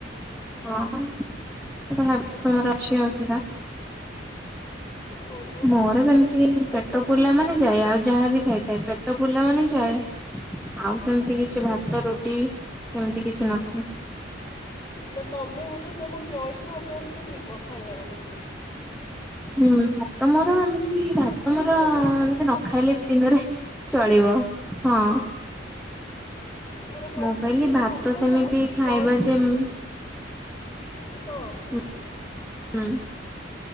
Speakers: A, in the centre; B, on the left.
A: ଓହୋ ସେଇଟା ଭାବିଚି ତମର ଅଛି ଅସୁବିଧା।
B: ହଁ ବା
A: ମୋର ସେମିତି
B: ସେଟା
A: ପେଟ
B: ବି
A: ପୁରିଲା
B: ମୁଁ
A: ମାନେ ଯାଏ ଆଉ ଯାହାବି ଖାଇ ପେଟ ପୁରିଲା ମାନେ ଯାଏ ଆଉ ସେମିତି କିଛି
B: ମୁଁ
A: ଭାତ ରୁଟି ଏମିତି କିଛି ନଥାଏ।
B: ନା ତମେ ବୋଧେ ତମର ଜଳିଖିଆ ଅଭ୍ୟାସ୍ ଟା ଥିବ ଖାଇବାର?
A: ହୁଁ ଭାତ ମୋର ଏମିତି ଭାତ ମୋର
B: ହ୍ୟାଲୋ
A: ଏମିତି ନ ଖାଇଲେ ବି ଦିନରେ ଚଳିବ- ହଁ।
B: ମୋର କମ୍ପଲସରି
A: ମୁଁ କହିଲି ଭାତ
B: ଭାତଟା
A: ସେମିତି ଖାଇବା
B: ଲଞ୍ଚ
A: ଯେମ୍
B: <unintelligible>
A: ହୁଁ-ଉଁ।